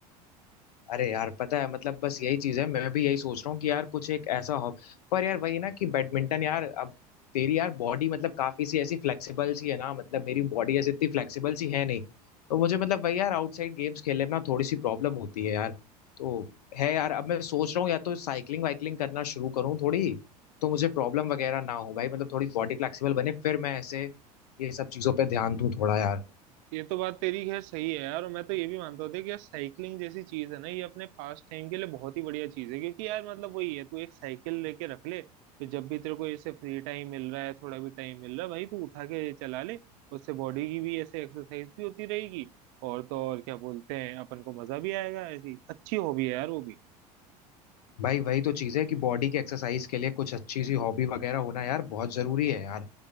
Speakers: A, on the left; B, on the right.
A: अरे यार पता है मतलब बस यही चीज है मैं भी यही सोच रहा हूँ कि यार कुछ एक ऐसा हो पर यार वही ना कि बैडमिंटन यार अब तेरी यार बॉडी मतलब काफी सी ऐसी फ्लेक्सिबल सी है ना मतलब मेरी बॉडी ऐसी इतनी फ्लेक्सिबल सी है नहीं तो मुझे मतलब वही यार आउटसाइड गेम्स खेलने में ना थोड़ी सी प्रॉब्लम होती है यार तो है यार अब मैं सोच रहा हूँ या तो साइकिलिंग वाइकलिंग करना शुरू करूँ थोड़ी तो मुझे प्रॉब्लम वगैरह ना हो भाई मतलब थोड़ी बॉडी फ्लेक्सिबल बने फिर मैं ऐसे ये सब चीजों पर ध्यान दूं थोड़ा यार
B: ये तो बात तेरी खैर सही है यार और मैं तो ये भी मानता होता कि यार साइकिलिंग जैसी चीज है ना ये अपने पास टाइम के लिए बहुत ही बढ़िया चीज है क्योंकि यार मतलब वही है तू एक साइकिल लेके रख ले तो जब भी तेरे को ऐसे फ्री टाइम मिल रहा है थोड़ा भी टाइम मिल रहा है भाई तू उठा के चला ले उससे बॉडी की भी ऐसे एक्सरसाइज भी होती रहेगी और तो और क्या बोलते हैं अपन को मजा भी आएगा ऐसी अच्छी हॉबी है यार वो भी
A: भाई वही तो चीज है कि बॉडी की एक्सरसाइज के लिए कुछ अच्छी सी हॉबी वगैरह होना यार बहुत जरूरी है यार